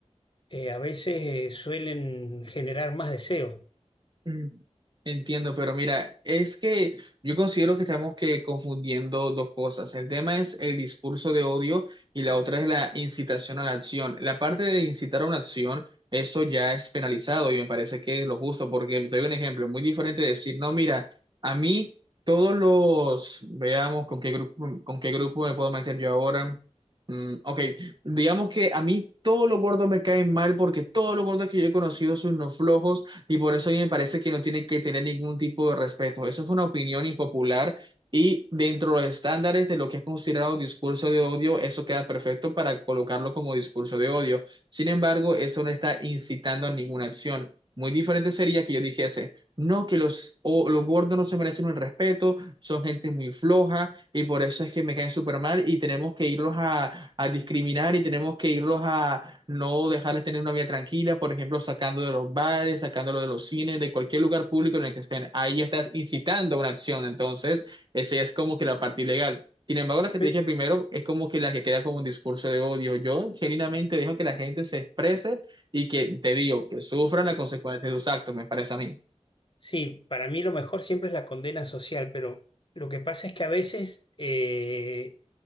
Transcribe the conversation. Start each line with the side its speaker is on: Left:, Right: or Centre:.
Left: eh, a veces eh, suelen generar más deseo.
Right: Mm, Entiendo, pero mira, es que yo considero que estamos que confundiendo dos cosas. El tema es el discurso de odio y la otra es la incitación a la acción. La parte de incitar a una acción, eso ya es penalizado y me parece que es lo justo, porque te doy un ejemplo muy diferente de decir, no, mira, a mí todos los, veamos con qué grupo, con qué grupo me puedo meter yo ahora. Mm, ok, digamos que a mí todos los gordos me caen mal porque todos los gordos que yo he conocido son unos flojos y por eso a mí me parece que no tiene que tener ningún tipo de respeto. Eso es una opinión impopular y dentro de los estándares de lo que es considerado discurso de odio, eso queda perfecto para colocarlo como discurso de odio. Sin embargo, eso no está incitando a ninguna acción. Muy diferente sería que yo dijese, no, que los, o, los gordos no se merecen un respeto, son gente muy floja y por eso es que me caen súper mal y tenemos que irlos a, a discriminar y tenemos que irlos a, no dejarles tener una vida tranquila, por ejemplo, sacando de los bares, sacándolo de los cines, de cualquier lugar público en el que estén. Ahí estás incitando una acción, entonces, esa es como que la parte ilegal. Sin embargo, la que te
Left: Sí,
Right: dije primero es como que la que queda como un discurso de odio. Yo genuinamente dejo que la gente se exprese y que te digo, que sufran las consecuencias de sus actos, me parece a mí.
Left: Sí, para mí lo mejor siempre es la condena social, pero lo que pasa es que a veces eh,